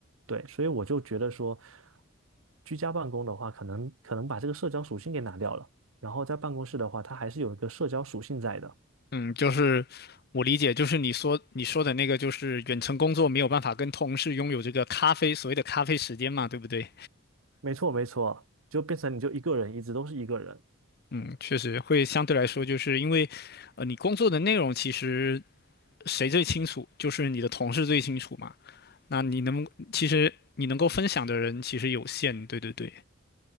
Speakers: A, on the right; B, on the left.
A: 对，所以我就觉得说，居家办公的话，可能可能把这个社交属性给拿掉了。然后在办公室的话，它还是有一个社交属性在的。
B: 嗯，就是我理解，就是你说你说的那个，就是远程工作没有办法跟同事拥有这个咖啡，所谓的咖啡时间嘛，对不对？
A: 没错，没错，就变成你就一个人，一直都是一个人。
B: 嗯，确实会相对来说，就是因为，呃，你工作的内容其实谁最清楚，就是你的同事最清楚嘛。那你能，其实你能够分享的人其实有限，对对对，